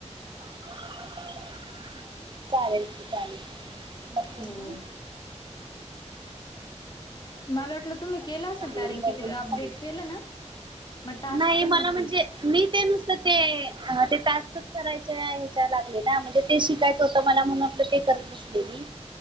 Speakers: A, on the right; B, on the left.
A: <inaudible> चालेल की चालेल बघते
B: हो.
A: मी
B: मला वाटलं तुम्ही केलं आसेल
A: चालेल
B: कारन
A: बघून
B: कि तुम्ही आपडेट
A: सांगते
B: केलं ना? मग टास्क
A: नाही
B: पण
A: मला
B: येतील.
A: म्हणजे मी ते नुसत ते हा ते टास्कच करायचे ह्याच्या लागले ना म्हणजे ते शिकायचं होतं मला म्हणटलो ते करत ब सलेली